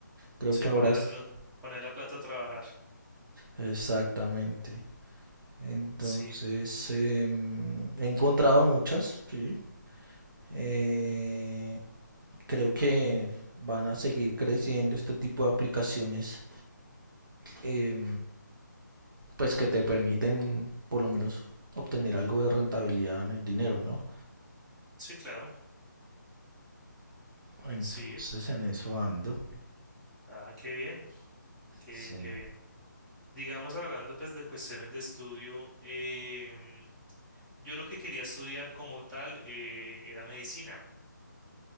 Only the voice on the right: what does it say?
Creo
que
ahora es
exactamente. Entonces,
em, he encontrado muchas, sí. Eh, Creo que van a seguir creciendo este tipo de aplicaciones, eh, pues que te permiten por lo menos obtener algo de rentabilidad en el dinero, ¿no?
Entonces
en eso ando.
Sí.